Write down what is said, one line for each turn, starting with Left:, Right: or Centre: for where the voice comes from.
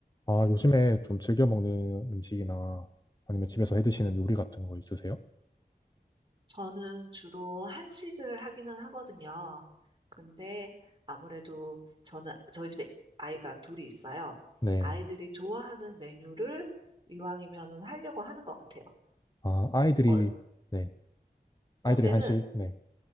Left: 아, 요즘에 좀 즐겨 먹는 음식이나 아니면 집에서 해 드시는 요리 같은 거 있으세요?
Right: 저는 주로 한식을 하기는 하거든요. 근데 아무래도 저는 저희 집에 아이가 둘이 있어요.
Left: 네.
Right: 아이들이 좋아하는 메뉴를 이왕이면은 하려고 하는 것 같아요.
Left: 아, 아이들이,
Right: 어,
Left: 네. 아이들이
Right: 어제는
Left: 한식, 네.